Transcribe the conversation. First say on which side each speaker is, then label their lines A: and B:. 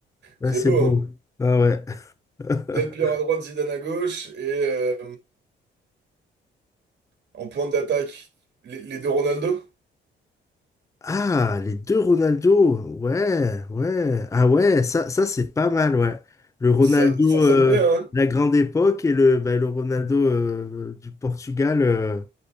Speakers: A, on the left (about 15°); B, on the right (about 60°).
A: Là,
B: c'est
A: c'est
B: beau,
A: beau.
B: hein.
A: Ah ouais. <laughs>
B: Del Piero à droite, Zidane à gauche, et euh, en pointe d'attaque, les, les deux Ronaldo.
A: Ah, les deux Ronaldo. Ouais, ouais. Ah ouais, ça, ça c'est pas mal, ouais. Le Ronaldo
B: Ça, ça
A: euh,
B: sonne bien, hein
A: de la grande époque et le, bah, le Ronaldo euh, du Portugal euh,